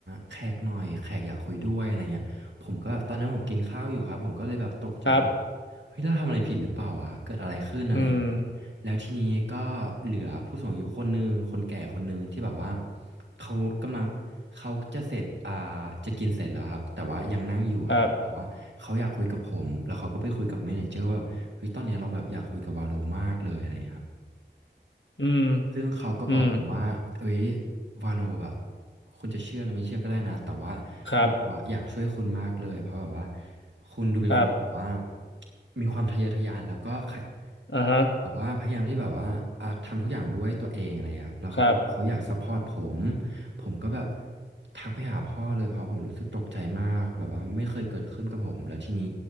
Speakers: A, on the right; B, on the left.
A: แขกหน่อยแขกอยากคุยด้วยอะไรเงี้ยผมก็แบบตอนนั้นผมกินข้าวอยู่ครับผมก็เลยแบบตกใจว่า
B: ครับ
A: เฮ้ยเราทำอะไรผิดหรือเปล่าวะเกิดอะไรขึ้นอะไร
B: อืม
A: แล้วทีนี้ก็เหลือผู้สูงอายุคนหนึ่งคนแก่คนหนึ่งที่แบบว่าเขากำลังเขาจะเสร็จอ่าจะกินเสร็จแล้วครับแต่ว่ายังนั่งอยู่ครับแต่ว่าเขาอยากคุยกับผมแล้วเขาก็ไปคุยกับเมเนเจอร์ว่าแบบเฮ้ยตอนเนี้ยเราแบบอยากคุยกับวาโลมากเลยอะไรอย่างเงี้ยครับ
B: ครับอืม
A: ซึ่งเขาก็บอกผมว่าเอ้ย
B: อืม
A: วาโลแบบคุณจะเชื่อหรือไม่เชื่อก็ได้นะแต่ว่า
B: ครับ
A: เราอะอยากช่วยคุณมากเลยเพราะแบบว่าคุณดูเป็นคนแบบว่า
B: ครับ
A: มีความทะเยอทะยานแล้วก็ใคร
B: อ่าฮะ
A: แบบว่าพยายามที่แบบว่าอ่าทำทุกอย่างด้วยตัวเองอะไรเงี้ยครับแล้วเขาก็เขาอยากซัพพอร์ตผม
B: ครับ
A: ผมก็แบบทักไปหาพ่อเลยเพราะผมรู้สึกตกใจมากแบบว่าไม่เคยเกิดขึ้นกับผม แล้วทีนี้